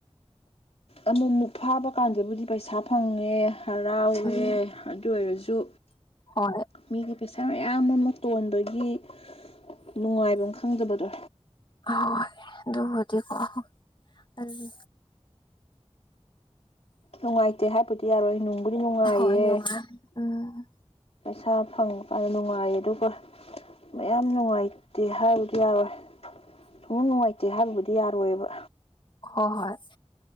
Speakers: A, on the left; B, on the left.
A: ꯑꯃꯨꯛ ꯑꯃꯨꯛ ꯐꯥꯕ ꯀꯥꯟꯗꯕꯨꯗꯤ ꯄꯩꯁꯥ ꯐꯪꯉꯦ ꯍꯔꯥꯎꯋꯦ
B: ꯎꯝ
A: ꯑꯗꯨ ꯑꯣꯏꯔꯁꯨ
B: ꯍꯣꯏ
A: ꯃꯤꯒꯤ ꯄꯩꯁꯥ ꯃꯌꯥꯝ ꯑꯃ ꯇꯣꯟꯕꯒꯤ ꯅꯨꯡꯉꯥꯏꯕ ꯑꯃ ꯈꯪꯗꯕꯗꯣ
B: ꯍꯣꯏ ꯑꯗꯨꯕꯨꯗꯤꯀꯣ ꯑꯗꯨ
A: ꯅꯨꯡꯉꯥꯏꯇꯦ ꯍꯥꯏꯕꯗꯤ ꯌꯥꯔꯣꯏ ꯅꯨꯡꯕꯨꯗꯤ ꯅꯨꯡꯉꯥꯏꯌꯦ
B: ꯍꯣꯏ ꯅꯨꯡꯉꯥꯏ ꯎꯝ
A: ꯄꯩꯁꯥ ꯐꯪꯕ ꯀꯥꯟꯗ ꯅꯨꯡꯉꯥꯏ ꯑꯗꯨꯒ ꯃꯌꯥꯝ ꯅꯨꯡꯉꯥꯏꯇꯦ ꯍꯥꯏꯕꯗꯤ ꯌꯥꯔꯣꯏ ꯁꯨꯡ ꯅꯨꯡꯉꯥꯏꯇꯦ ꯍꯥꯏꯕꯕꯨꯗꯤ ꯌꯥꯔꯣꯏꯕ
B: ꯍꯣꯏ ꯍꯣꯏ